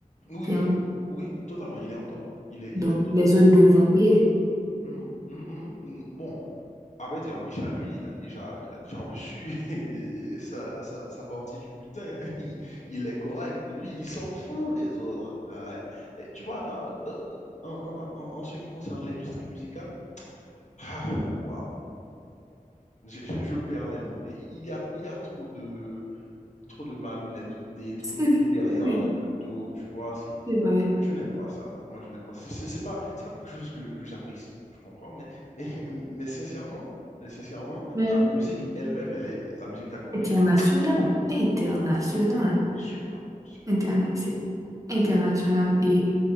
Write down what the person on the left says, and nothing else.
Oui,
oui,
oui, totalement, il est en tort. Il est, il
est totalement
en tort.
Mhm, mhm, mhm, mhm. Bon, À vrai dire, Micha, lui, il a déjà, il a déjà reçu <laughs> sa, sa- sa partie du butin. hein. Il, il est correct. Lui, il s'en fout des autres. Ah ouais. Et Tu vois, en, en- en- en- en ce qui concerne l'industrie musicale, <sighs> ah, waouh. Je, je- je perds les mots. Il il y a, il y a trop de, trop de malhonnêteté, trop
de coups
derrière
le dos, tu vois. c'est-
euh, Je n'aime pas ça. Moi, je n'aime pas. C'est c'est- c'est pas, c'est pas quelque chose que, que j'apprécie, tu comprends? Mais, <laughs> mais sincèrement, mais sincèrement,
la musique elle-même, elle est, la musique 4 campé,
elle est superbe,
superbe, superbe.